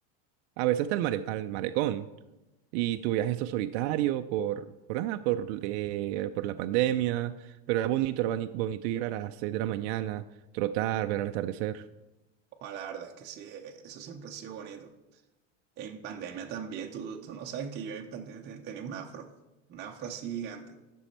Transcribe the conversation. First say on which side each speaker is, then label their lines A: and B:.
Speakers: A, on the right; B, on the right.
A: A veces hasta el mare- al marecón. Y tu viaje esto solitario por, por, ah, por, eh, por la pandemia, pero era bonito, era boni- bonito ir a las 6 de la mañana, trotar, ver el atardecer.
B: Bueno, la verdad es que sí, eh, eso siempre ha sido bonito. En pandemia también, tú, tú no sabes que yo en pandemia te- tenía un afro, un afro así gigante,